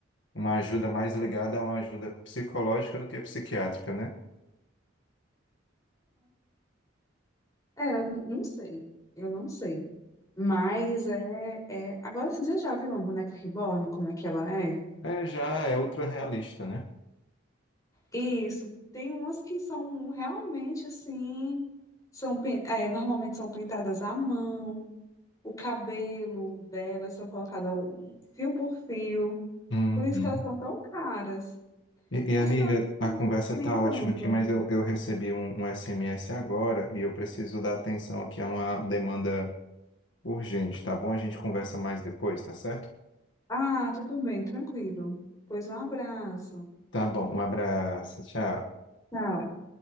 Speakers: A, on the left; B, on the left.
A: uma ajuda mais ligada a uma ajuda psicológica do que psiquiátrica, né?
B: É, é, eu n- não sei, eu não sei. Mas é, é... Agora, assim, você já viu uma boneca reborn, como é que ela é?
A: É, já é ultra realista, né?
B: Isso, tem umas que são realmente assim, são, pin- é, normalmente são pintadas à mão, o cabelo delas são colocadas um- fio por fio,
A: Uhum.
B: por isso que elas são tão caras.
A: E,
B: Mas
A: e, amiga,
B: tem outras coisas
A: a conversa
B: que
A: tá
B: nem tanto.
A: ótima aqui, mas eu, eu recebi um, um SMS agora e eu preciso dar atenção aqui a uma demanda urgente, tá bom? A gente conversa mais depois, tá certo?
B: Ah, tudo bem, tranquilo. Pois um abraço.
A: Tá bom, um abraço, tchau.
B: Tchau.